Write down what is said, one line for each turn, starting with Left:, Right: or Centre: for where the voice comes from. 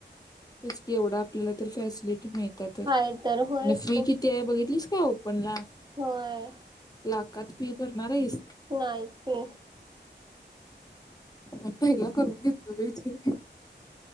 Left: तेच की एवढं आपल्याला तर फॅसिलि मिळतीया तर
Right: हाय तर होयच
Left: आणि फी
Right: की
Left: किती आहे बघितलीस? ओपन ला
Right: होय.
Left: लाखात फी भरणार आहेस?
Right: नाहीच की.
Left: मणला करून घेत ग बी इथे